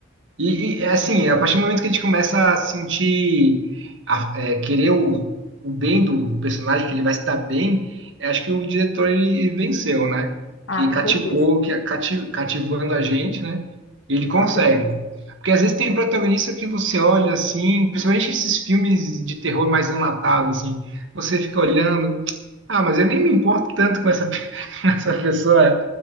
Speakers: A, on the right; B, on the left.
A: E, e, é assim, a partir do momento que a gente começa a sentir, a- é, querer o, o bem do personagem, que ele vai se dar bem, eu acho que o diretor ele venceu, né?
B: Ah,
A: Que
B: com
A: cativou,
B: certeza.
A: que é, cati- cativando a gente, né? E Ele consegue.
B: Com certeza.
A: Porque às vezes tem protagonista que você olha assim, principalmente esses filmes de terror mais enlatados, assim, você fica olhando, ah, mas eu nem me importo tanto com essa, <laughs> com essa pessoa.